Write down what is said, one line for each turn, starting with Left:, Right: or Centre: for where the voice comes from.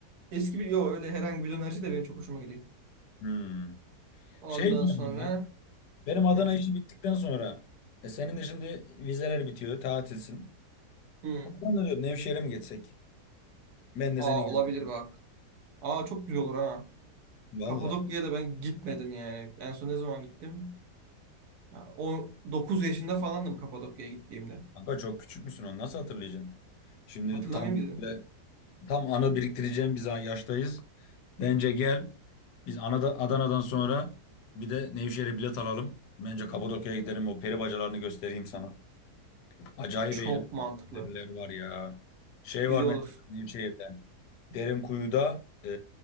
Right: eski bir... Yok öyle herhangi bir dönerci de benim çok hoşuma gidiyor.
Left: Hmm.
Right: Ondan
Left: Şey diyorum
Right: sonra...
Left: ya. Benim Adana
Right: Hı,
Left: işi bittikten sonra e senin de şimdi vizeler bitiyor, tatilsin.
Right: hı.
Left: Ondan da diyorum Nevşehir'e mi geçsek? Ben de
Right: Aa
Left: seni gidebilirim.
Right: olabilir bak. Aa çok güzel olur ha.
Left: Valla.
Right: Kapadokya'ya da ben gitmedim yani. En son ne zaman gittim? Ha, o 9 yaşında falandım Kapadokya'ya gittiğimde.
Left: Kanka çok küçük müsün onu nasıl hatırlayacaksın? Şimdi
Right: Hatırlamıyor
Left: tam
Right: muydun?
Left: böyle- tam anı biriktireceğim biz ha- yaştayız. Bence gel. Biz Anada- Adana'dan sonra bir de Nevşehir'e bilet alalım. Bence Kapadokya'ya gidelim. O peri bacalarını göstereyim sana. Acayip
Right: Çok
Left: eğlenceler
Right: mantıklı.
Left: var ya. Şey
Right: Güzel
Left: var mesela
Right: olur.
Left: Nevşehir. Derinkuyu'da e,